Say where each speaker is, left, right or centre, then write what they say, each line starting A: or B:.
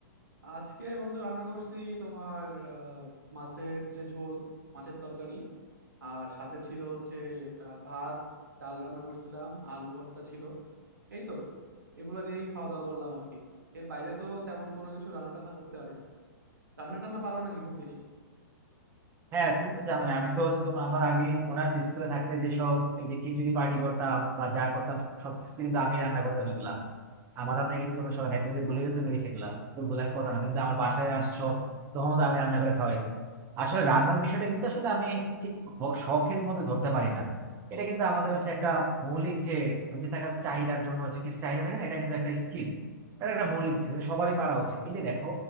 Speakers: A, on the right; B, on the right.
A: আজকে বন্ধু রান্না করছি তোমার আহ, মাছের যে ঝোল মাছের তরকারি আর সাথে ছিল হচ্ছে আহ, ভাত ডাল রান্না করছিলাম আলু ভর্তা ছিল এই তো এগুলা দিয়েই খাওয়া দাওয়া করলাম আর কি এর বাইরে তো তেমন কোনো কিছু রান্না টান্না করতে পারি না রান্না টান্না পারো নাকি খুব বেশি
B: হ্যাঁ তুমি তো জানো আমি তো হচ্ছে তোমার আমার আগে মনে আছে স্কুলে থাকতে যেসব এই যে খিচুড়ি পার্টি করতাম বা যা করতাম সবকিছু কিন্তু আমি রান্না করতাম এগুলা আমার রান্না কিন্তু তোমরা সবাই খাই তুমি তো ভুলে গেছো নাকি সেগুলা কিন্তু ভুলার কথা না কিন্তু আমার বাসায় আসছো তখন তো আমি রান্না করে খাওয়াইছি আসলে রান্নার বিষয়টা কিন্তু আসলে আমি ঠিক হ- শখের মধ্যে ধরতে পারি না এটা কিন্তু আমাদের হচ্ছে একটা মৌলিক যে বেঁচে থাকার চাহিদার জন্য যে কিছু চাহিদা থাকে না এটা কিন্তু একটা স্কিল এটা একটা মৌলিক স্কিল সবারই পারা উচিত এই যে দেখো